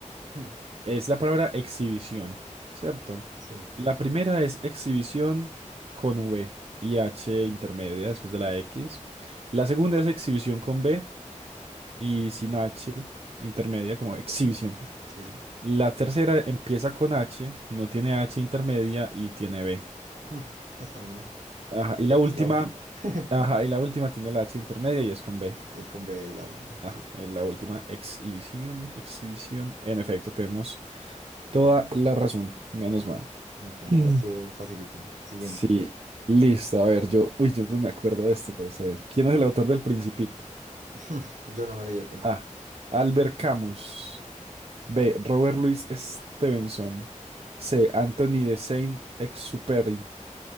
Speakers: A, on the right; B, on the right.
A: Hmm,
B: Es la palabra exhibición, ¿cierto?
A: Sí.
B: La primera es exhibición con V y H intermedia después de la X. La segunda es exhibición con B y sin H intermedia como exhibición.
A: Sí, sí.
B: La tercera empieza con H, no tiene H intermedia y tiene B.
A: Hmm, Está muy mal.
B: Ajá, y la última,
A: La última. <laughs>
B: ajá, y la última tiene la H intermedia y es con B.
A: Y es con B larga,
B: Ah,
A: sí.
B: es la última exhibición, exhibición. En efecto, tenemos toda la razón, menos mal.
A: Me pasa,
B: Mm.
A: estuvo facilita. Siguiente.
B: Sí, listo. A ver, yo, uy, yo no me acuerdo de esto, pero está bien. ¿Quién es el autor del Principito?
A: <laughs> Yo no me leí el Principito.
B: A. Albert Camus. B. Robert Louis Stevenson. C. Anthony de Saint-Exupéry.